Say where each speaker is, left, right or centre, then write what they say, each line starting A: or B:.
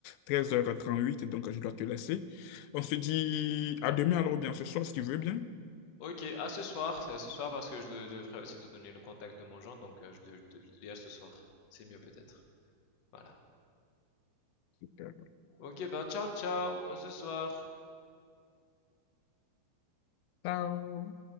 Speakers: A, on the left; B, on the left.
A: treize heures trente huit donc je dois te laisser. On se dit à demain, alors, ou bien ce soir, si tu veux bien.
B: Ok, à ce soir, à ce soir parce que je de- devrais aussi te donner le contact de mon jean donc euh, je te, je te- je te dis à ce soir. C'est mieux peut-être. Voilà.
A: Super.
B: Ok, ben ciao ciao, à ce soir.
A: Ciao.